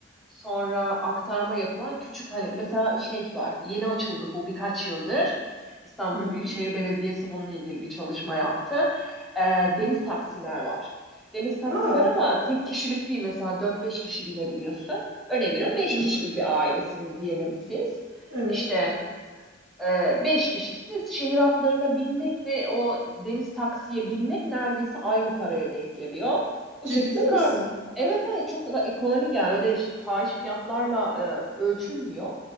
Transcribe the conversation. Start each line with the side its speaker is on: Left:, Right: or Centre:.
Centre: Sonra aktarma yapılan küçük hani mesela şey var. Yeni açıldı bu birkaç yıldır. İstanbul
Right: Hı hı.
Centre: Büyükşehir Belediyesi bununla ilgili bir çalışma yaptı. E, deniz taksiler var. Deniz taksiler
Right: Aa.
Centre: ama tek kişilik değil mesela dört beş kişi binebiliyorsun. Örnek veriyorum beş
Right: Hı
Centre: kişilik
Right: hı.
Centre: bir ailesiniz diyelim siz.
Right: Evet.
Centre: İşte ee, beş kişisiniz. Şehir atlarına binmek ve o deniz taksiye binmek neredeyse aynı paraya denk geliyor. Bu
Right: Ciddi
Centre: şekilde kar.
Right: misin?
Centre: Evet evet çok da ekonomik yani öyle ş- fahiş fiyatlarla e, ölçülmüyor.